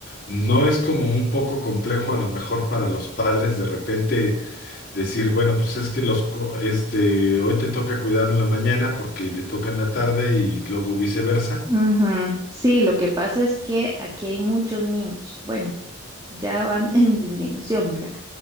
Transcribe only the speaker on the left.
no es como un poco complejo a lo mejor para los padres de repente decir, bueno, pues es que los, co- este, hoy te toca cuidar en la mañana porque le toca en la tarde y luego viceversa.